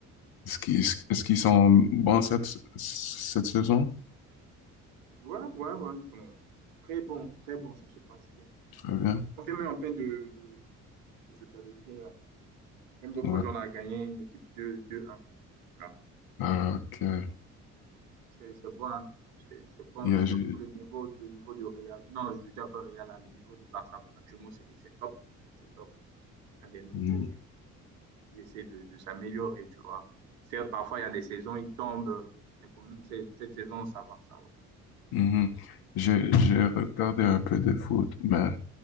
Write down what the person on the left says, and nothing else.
Est-ce qu'ils, est-ce qu'ils sont bons cette, cette saison?
Très bien.
Ouais.
Ah, ok.
Yeah,
j'ai
mhm,
mhm. J'ai- j'ai regardé un peu de foot, mais